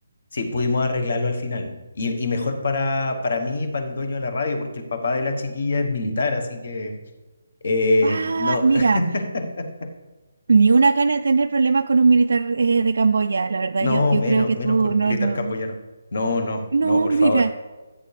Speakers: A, on the left (about 50°); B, on the right (about 75°).
A: Sí, pudimos arreglarlo al final. Y, y mejor para, para mí y para el dueño de la radio, porque el papá de la chiquilla es militar, así que... Eh,
B: ah,
A: no,
B: mira,
A: <laughs>
B: ni una gana de tener problemas con un militar eh, de Camboya, la verdad,
A: no,
B: yo, yo
A: menos,
B: creo que
A: menos
B: tú,
A: con un
B: no,
A: militar
B: no,
A: camboyano. No, no,
B: no,
A: no, por
B: mira,
A: favor.